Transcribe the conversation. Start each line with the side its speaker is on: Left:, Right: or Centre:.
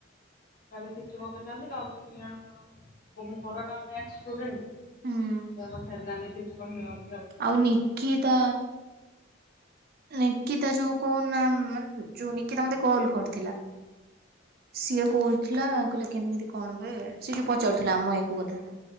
Left: କାଲି ସେତୁ ବନ୍ଧ <inaudible> କାଲି ଗଲି ଟିକେ ମୋର <unintelligible> ବ୍ୟାଚ୍ କୁ ଜାଣିଚୁ?
Right: ହୁଁ
Left: ଗଲା ହେଲାନି କି ସମୟ ଆପ
Right: ଆଉ ନିକିତା ନିକିତା ଯୋଉ କହୁନା ମାନ ଯୋଉ ନିକିତା ମତେ କଲ୍ କରିଥିଲା। ସିଏ କହୁଥିଲା କହିଲା କେମିତି କଣ ବେ ସେ ଯଉ ପଚାରୁଥିଲା ଆମ ଏକୁ କଥା ଟା।